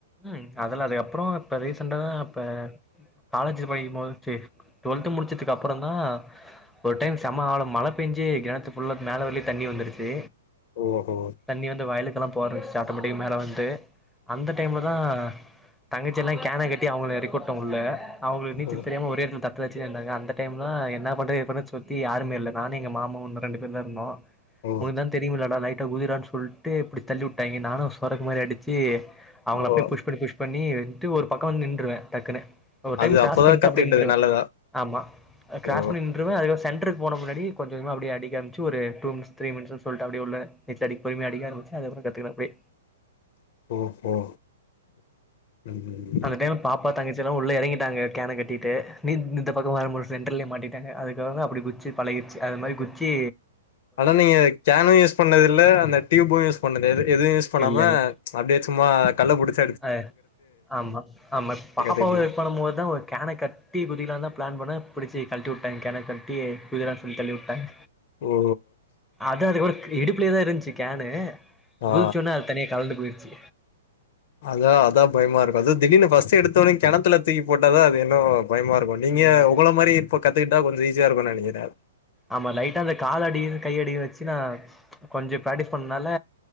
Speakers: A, in the centre; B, on the left.
A: உம் அதுல அதுக்கப்புறோ இப்ப ரீசண்டாதா இப்ப காலேஜ் <unintelligible> டுவெல்த் முடிச்சதுக்கு அப்புறோ தா ஒரு டைம் செம ஆளம் மழை பெஞ்சு கெணத்து புல்லா மேல வலியா தண்ணி வந்துருச்சு
B: ஓ ஓ
A: தண்ணி வந்து வயலுக்குல்லா போறந்துச்சு ஆட்டோமேட்டிக் மேல வந்து அந்த ஆ தங்கச்சி எல்லா கேன கட்டி அவங்க எரக்கிவிட்டே உள்ள அவங்களுக்கு நீச்சல்
B: ஓ
A: தெரியாம ஒரேடத்துத்தில் தத்தளுச்சு இருந்தாங்க அந்த டைம்லா என்ன பண்றது எது பண்ற சுத்தி யாருமே இல்ல நானு எங்க மாமா ஒன்னு ரெண்டு பேர் தா இருந்தோ
B: ஓ
A: உனக்குதா தெரியும்லடா லைட்டா குதி ரான்னு சொல்ட்டு இப்டி தள்ளி வுட்டாய்ங்க நானு சொரக்கு மாரி அடிச்சு அவங்கள அப்டியே
B: ஓ
A: புஷ் பண்ணி புஷ் பண்ணி விட்டு ஒரு பக்க வந்து நின்ருவே டக்குன்னு ஒரு டைம்
B: அது
A: கிராஸ்
B: அப்பதா
A: பண்ட்டு
B: கத்துக்கிட்டது
A: அப்டியே நின்றுவே
B: நல்லதா
A: ஆமா கிராஸ்
B: ஓ
A: பண்ணி ருவே அதுக்க சென்டருக்கு போற முன்னாடி கொஞ்ச கொஞ்சமா அப்டி அடி காமிச்சு ஒரு டூ மின்ஸ் த்ரீ மினிட்ஸ்ஸுன் சொல்ட்டு அப்டியே உள்ள நீச்ச அடிக்கு பொருமையா அடிக்க ஆரம்பிச்சு அதுப்புற கத்துக்குன அப்டிய
B: ஓஹோ ம் ம்
A: அந்த டைம்ல பாப்பா தங்கச்சி எல்லா உள்ள எறங்கிட்டாங்க கேனக்கட்டிட்டு நீ இந்த பக்க வரம்போது சென்டர்லயே மாட்டிட் டேங்க அதுக்காக அப்டி குதிச்சி பழகிருச்சி அது மாரி குதிச்சி
B: ஆனா நீங்க கேனே யூஸ் பண்ணதுல்ல அந்த டியூபு யூஸ் பண்ணது எது எதுவு யூஸ் பண்ணாம
A: இல்ல இல்ல
B: அப்டியே சும்மா கல் புடிச்
A: அ ஆமா ஆமா பாப்பாவ
B: கத்துக்கிட்டீங்க
A: இ பண்ண போதுதா ஒரு கேன கட் ட குதிகக்களா தா பிளான் பண்ண பிடிச்சி கழட்டி விட்டாங்க கேன கட் டி குதிடா சொல்லி தள்ளிவிட்டாங்க
B: ஓ
A: அது அதுக்கு அப்ற இ இடுப்புலயே தா இருந்துச்சு கேனு
B: ஆ
A: குதிச்சோன்னே அது தனியே கலன்ட்டு போயிருச்சு
B: அதா அதா பயமா இருக்கு அது திடீனு ஃபர்ஸ்ட் எடுத்தோனையு கிணத்துல தூக்கிபோட்டாதா அது இன்னு பயமா இருக்கு நீங்க
A: ம்
B: உங்கள மாரி இப்ப கத்துக்கிட்டா கொஞ்சோ ஈஸியா இருக்கு நெனைக்கிறே
A: ஆமா லைட்டா அந்த கால் அடி கை அடியு வெச்சு நா கொஞ்ச பிராக்டிஸ் பண்ணனால